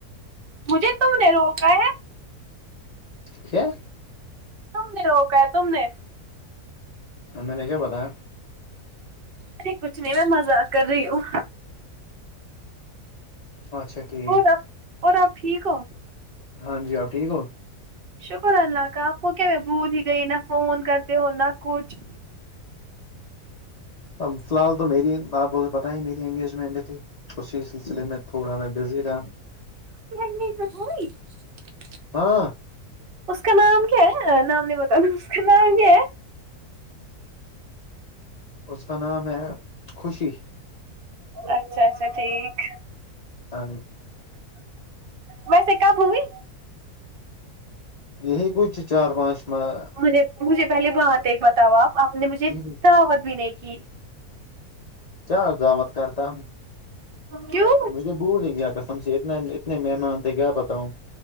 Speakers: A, on the right; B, on the left.
A: مجھے تم نے روکا ہے
B: کیا
A: ت نے روکا ہے تم نے
B: میں نے کیا بتا
A: ارے کچھ نہیں میں مزہ کر رہی ہوں
B: اچھا ٹھیک
A: اور اور آپ ٹھیک ہو
B: ہاں جی آپ ٹھیک ہو
A: شکر اللہ کا آپ کو کیا میں بھول ہی گئی نہ فون کرتے ہو نہ کچھ
B: اب فی الحال تو میری آپ ب پت ہی میری انگیجمنٹ تھی اسی سلسلے میں تھوڑا میں بزی تھا
A: <unintelligible>
B: ہاں
A: اس کا نام کیا ہے نام نہیں بتاانا اس کا نام کیا ہے
B: اس کا نام ہے خوشی
A: اچھا اچھا ٹھیک
B: ہ
A: میںسےا بھمی
B: یہی کچھ چار پانچ اچھا
A: مجھے مجھے پہلے بات ایک بتاؤ آپ آپ نے مجھے
B: جی جی
A: دعوت بھی نہیں کی
B: کیا دعوت کرتا
A: کیوں
B: مجھے بھول ہی گیا قسم سے اتنے اتنے مہمان تھے کیا بتاؤں